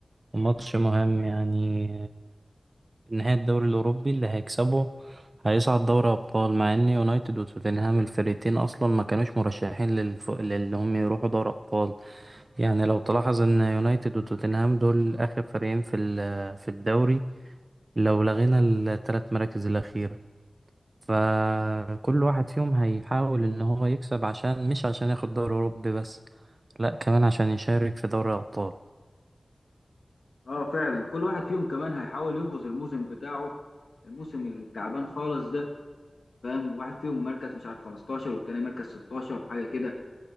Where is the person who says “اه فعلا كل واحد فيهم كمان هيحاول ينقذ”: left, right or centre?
Left